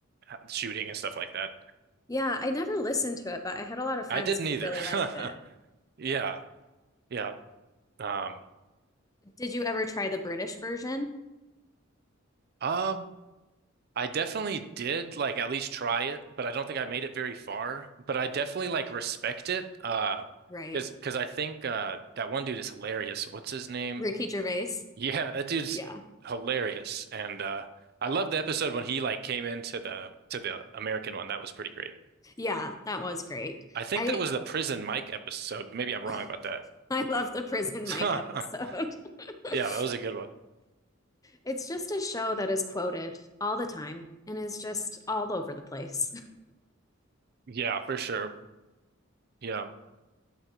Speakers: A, on the right; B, on the left.
A: uh, shooting and stuff like that.
B: Yeah, I never listened to it, but I had a lot of friends
A: I didn't
B: who
A: either.
B: really liked
A: <laughs>
B: it.
A: Yeah, yeah. Um,
B: <laughs> Did you ever try the British version?
A: um, I definitely did like at least try it, but I don't think I made it very far. But I definitely like respect it. Uh,
B: Right.
A: because because I think uh that one dude is hilarious. What's his name?
B: Ricky
A: <laughs>
B: Gervais.
A: Yeah, that dude's
B: Yeah.
A: hilarious. And uh, I love the episode when he like came into the to the American one. That was pretty great.
B: Yeah, that was great.
A: I think
B: I
A: that was the Prison Mike episode. Maybe I'm wrong
B: <laughs>
A: about that.
B: I love the Prison
A: <laughs>
B: Mike episode. <laughs>
A: Yeah, that was a good one.
B: It's just a show that is quoted all the time and is just all over the place.
A: Yeah, for sure. Yeah.